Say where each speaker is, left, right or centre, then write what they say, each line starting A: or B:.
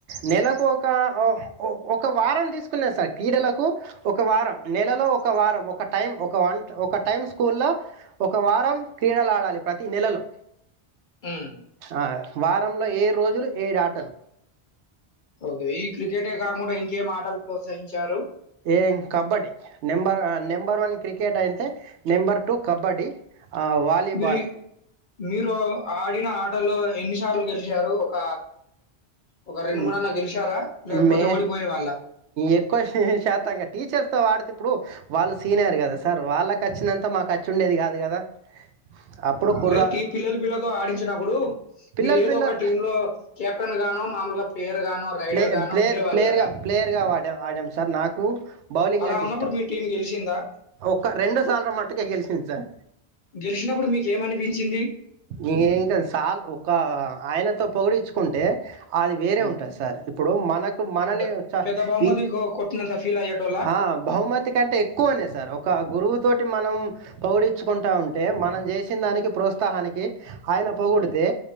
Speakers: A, on the right; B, on the left.
A: నెలకు ఒక ఓ ఒక్ ఒక వారం తీసుకున్నా సార్ క్రీడలకు ఒక వారం. నెలలో ఒక వారం ఒక టైం ఒక వన్ ఒక టైం స్కూ లో ఒక వారం క్రీడలు ఆడాలి. ప్రతి నెలలో
B: ఉహ్మ్
A: ఆ, వారంలో ఏడ్రోజులు ఏడు ఆటలు
B: ఓకే ఈ క్రికెటే కాకుండా ఇంకేం ఆటలు ప్రోత్సహించారు.
A: ఏం kabaddi number number one cricket అయితే నెంబర్ టూ కబడ్డీ. ఆ, వాలీబాల్
B: మీరి మీరు ఆడిన, ఆటలు ఎన్నిసార్లు గెలిచారు. ఒక ఒక
A: ఉహ్మ్
B: అన్నా గెలిచారా? లేకపోతే
A: మే
B: ఓడిపోయేవాళ్ళా?
A: ఎక్కువ శాతంగా టీచర్స్ తో ఆడుత్ తే ఇప్పుడు వాళ్ళు సీనియర్ కదా సార్. వాళ్ళకు వచ్చిినంతా మాకుఖచ్చి ఉండేది కాదు కదా. అప్పుడు కుర్ర
B: అలాంటి పిల్లలు, పిల్లలతో ఆడించినప్పుడు.
A: పిల్లలు
B: మీరు ఏదో
A: పిల్ల
B: ఒక టీం లో కెప్టెన్ గానో మామూలుగా. ప్లేయర్ గానో, రైడర్
A: ప్లే
B: గానో
A: ప్లేయర్
B: ఉండేవాళ్ళు
A: ప్లేయర్గా
B: గదా!
A: ప్లేయర్గాడ ఆడాం సార్. నాకు బౌలింగ్
B: అలా
A: అంటే
B: ఉన్నప్పుడు
A: ఇష్టం.
B: మీ టీమ్ గెలిసిందా?
A: ఒక రెండు సార్లు మటుకే గెలిసింది సార్.
B: గెలిచినప్పుడు మీకేమనిపించింది.
A: ఇ ఇంకా సాల్ ఒక ఆయనతో పొగిడిచ్చుకుంటే. అది వేరే
B: హ్మ్.
A: ఉంటద్ సార్ ఇప్పుడు మనకు మనని
B: అంటే
A: ఉచ్
B: పెద్ద బహుమతి
A: తి
B: కొ కొట్టినంత ఫీల్ అయ్యేటోళ్ళా?
A: ఆహ్ బహుమతి కంటే ఎక్కువనే సార్. ఒక గురువుతోట్ టి మనం పౌడిచ్చుకుంటా ఉంటే. మనం చేసిన దానికి ప్రోత్సాహానికి. ఆయన పొగుడితే
B: హ్మ్.